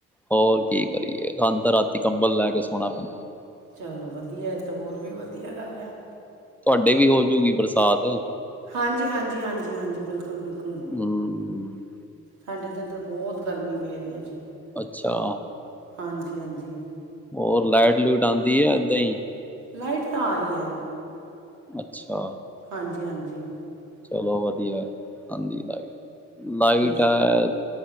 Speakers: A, in the centre; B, on the right (about 80°).
A: ਹੋਰ ਕੀ ਕਰੀਏ ਅੰਧ ਰਾਤੀ ਕੰਬਲ ਲੈ ਕੇ ਸੋਣਾ ਪੈਂਦਾ
B: ਚੱਲੋ ਵਧੀਆ ਤਾਂ ਹੋਰ ਵੀ ਵਧੀਆ ਗੱਲ ਹੈ
A: ਡੇ ਵੀ ਹੋਜੂਗੀ ਬਰਸਾਤ
B: ਹਾਂਜੀ ਹਾਂਜੀ ਹਾਂਜੀ ਹਾਂਜੀ ਬਿਲਕੁਲ ਬਿਲਕੁਲ
A: ਹਮ
B: ਸਾਡੇ ਤਾਂ ਇੱਧਰ ਬਹੁਤ ਗਰਮੀ ਪੈ ਰਹੀ ਅੱਜ
A: ਅੱਛਾ
B: ਹਾਂਜੀ ਹਾਂਜੀ
A: ਹੋਰ ਲਾਈਟ ਲੂਟ ਆਉਂਦੀ ਹੈ ਏਦਾਂ ਹੀ
B: ਲਾਈਟ ਤਾਂ ਆ ਰਹੀ ਹੈ
A: ਅੱਛਾ
B: ਹਾਂਜੀ ਹਾਂਜੀ
A: ਚਲੋ ਵਧੀਆ ਹਾਂਜੀ ਲ ਲਾਈਟ
B: ਬਿਲਕੁਲ
A: ਹੈ